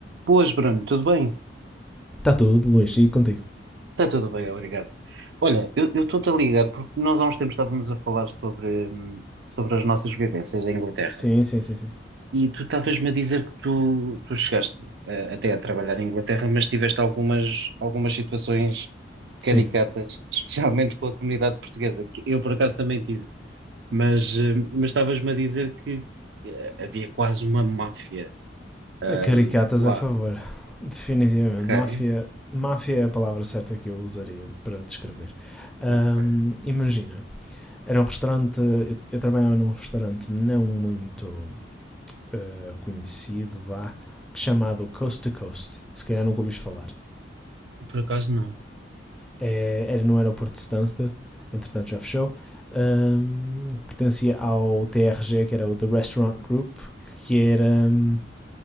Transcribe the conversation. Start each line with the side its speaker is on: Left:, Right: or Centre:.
Right: Boas, Bruno, tudo bem?
Centre: Está tudo, Luís, e contigo?
Right: Está tudo bem, obrigado. Olha, eu eu estou-te a ligar porque nós há uns tempos estávamos a falar sobre, hum, sobre as nossas vivências em Inglaterra
Centre: Sim, sim, sim, sim.
Right: e tu estavas-me a dizer que tu, tu chegaste eh, até a trabalhar em Inglaterra, mas tiveste algumas, algumas situações
Centre: Sim.
Right: caricatas, <laughs> especialmente com a comunidade portuguesa, que eu por acaso também tive, mas hum, mas estavas-me a dizer que eh, havia quase uma máfia
Centre: Caricatas
Right: hum, lá.
Centre: é a favor. Definitivamente.
Right: Ok,
Centre: Máfia, máfia é a palavra certa que eu usaria para descrever. Ahm,
Right: ok.
Centre: imagina, era um restaurante. Eu, eu trabalhava num restaurante não muito eh, conhecido, vá, chamado Coast to Coast. Se calhar nunca ouviste falar.
Right: Por acaso não.
Centre: É- era no aeroporto de Stansted, entretanto já fechou. Ahm, pertencia ao TRG, que era o The Restaurant Group, que era. hum,